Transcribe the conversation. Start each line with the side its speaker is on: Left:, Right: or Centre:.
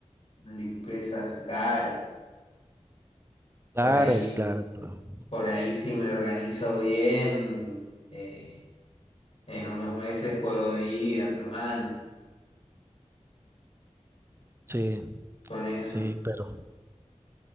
Left: una limpieza de cara.
Right: Claro,
Left: Por ahí,
Right: claro, pero-
Left: por ahí si me organizo bien. eh, En unos meses puedo ir y dar una mano
Right: sí,
Left: con eso.
Right: sí, pero